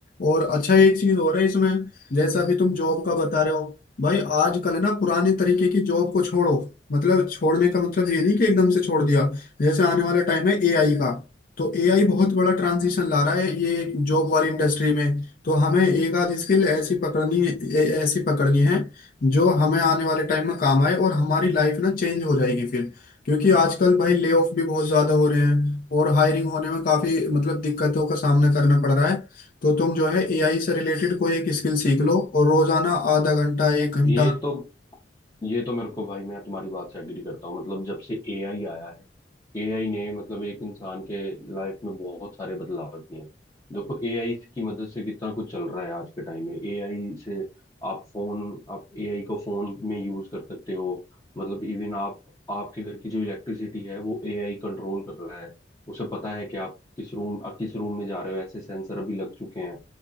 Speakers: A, on the left; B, on the left.
A: और अच्छा एक चीज हो रहा है इसमें जैसा अभी तुम जॉब का बता रहे हो भाई आजकल ना पुराने तरीके की जॉब को छोड़ो मतलब छोड़ने का मतलब ये नहीं कि एकदम से छोड़ दिया जैसे आने वाला टाइम है एआई का तो एआई बहुत बड़ा ट्रांजिशन ला रहा है ये जॉब वाली इंडस्ट्री में तो हमें एक आध स्किल ऐसी पकड़नी है ऐ- ऐसी पकड़नी है जो हमें आने वाले टाइम में काम आए और हमारी लाइफ ना चेंज हो जाएगी फिर क्योंकि आजकल भाई ले ऑफ भी बहुत ज्यादा हो रहे हैं और हायरिंग होने में काफी मतलब दिक्कतों का सामना करना पड़ रहा है तो तुम जो है एआई से रिलेटेड कोई एक स्किल सीख लो और रोजाना आधा घंटा एक घंटा
B: ये तो ये तो मेरे को भाई मैं तुम्हारी बात से एग्री करता हूँ मतलब जब से एआई आया है एआई ने मतलब एक इंसान के लाइफ में बहुत सारे बदलाव किए हैं देखो एआई की मदद से कितना कुछ चल रहा है आज के टाइम में एआई से आप फोन आप एआई को फोन में यूज कर सकते हो मतलब इवन आप आपके घर की जो इलेक्ट्रिसिटी है वो एआई कंट्रोल कर रहा है उसे पता है कि आप किस रूम आप किस रूम में जा रहे हो ऐसे सेंसर अभी लग चुके हैं